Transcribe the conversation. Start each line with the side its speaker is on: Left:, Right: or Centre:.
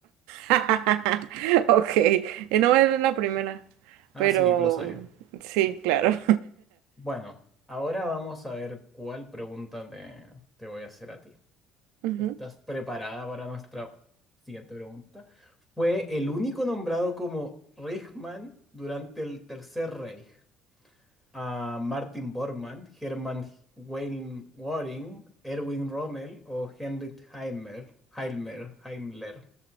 Right: <laughs> Ok, eh, no es la primera,
Centre: Ah,
Right: pero
Centre: sí, lo sabía.
Right: sí, claro. <laughs>
Centre: Bueno, ahora vamos a ver cuál pregunta te, te voy a hacer a ti.
Right: Ujú.
Centre: ¿Estás preparada para nuestra siguiente pregunta? Fue el único nombrado como Reichsmann durante el Tercer Reich. A Martin Bormann, Hermann Weyl Göring, Erwin Rommel o Heinrich Himmler. Himmler, Himmler.